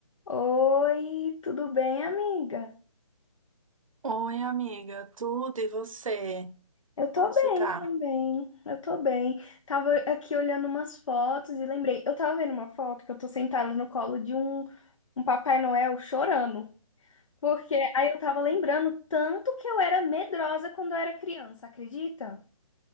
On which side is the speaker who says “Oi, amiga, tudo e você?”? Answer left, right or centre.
Right